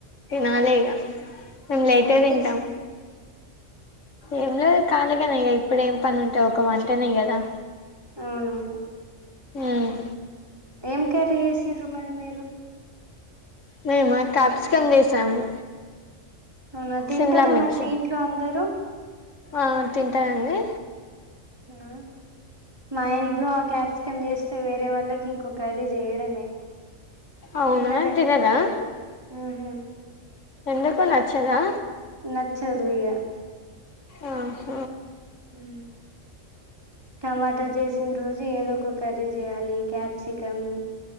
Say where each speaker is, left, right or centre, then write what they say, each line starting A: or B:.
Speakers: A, on the left (about 70°); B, on the right (about 20°).
A: తినాలె ఇగ మేము లేట్గా
B: ఏం
A: తింటం
B: చేసిండ్రు
A: ఏంలేదు కళిగానే ఇగ ఇప్పుడేమ్ పనుంటది ఒక వంటనే కదా
B: అవునవును
A: హుమ్
B: ఏం కర్రీ చేసిన్రు మరి మీరు
A: మేమా కాప్సికం చేసాము
B: అవునా తింటారా
A: సిమ్లా మిర్చి
B: మరి మీ ఇంట్లో అందరూ
A: ఆ తింటరండి
B: న్నా మా ఇంట్లో ఆ కాప్సికం చేస్తే వేరే వాళ్ళకి ఇంకొకర్రీ చేయడమే
A: అవునా
B: తినరండి
A: తినరా
B: మా ఇంట్లో ఉహు
A: ఎందుకు నచ్చదా
B: నచ్చదు ఇగ
A: ఆహ
B: ఊ టమాటా చేసిన రోజు ఏదో ఒక కర్రీ చేయాలి క్యాప్సికం